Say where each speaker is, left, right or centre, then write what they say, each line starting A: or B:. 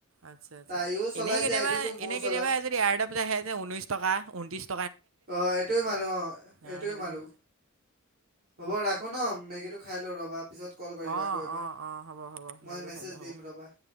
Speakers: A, on the right; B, on the right.
A: আচ্ছা আচ্ছা,
B: তাইও চলাই
A: এনেই কেতিয়াবা-এনেই
B: যে আইডিটো ময়ো
A: কেতিয়াবা
B: চলাও
A: আজ <unintelligible> আহে যে ঊনৈশ টকা, উন্ত্ৰিশ
B: অ', এইটোৱেই মাৰো, অ'
A: অঁ
B: এইটোৱেই
A: সেইটো
B: মাৰো।
A: দিব।
B: হ'ব ৰাখোঁ ন, মেগীটো খাই লওঁ ৰ'বা পিছত কল কৰিবা
A: অঁ
B: আকৌ এবাৰ,
A: অঁ অঁ হ'ব হ'ব মেগীটো
B: মই মেছেজ
A: খাই লোৱা হ'ব
B: দিম ৰ'বা।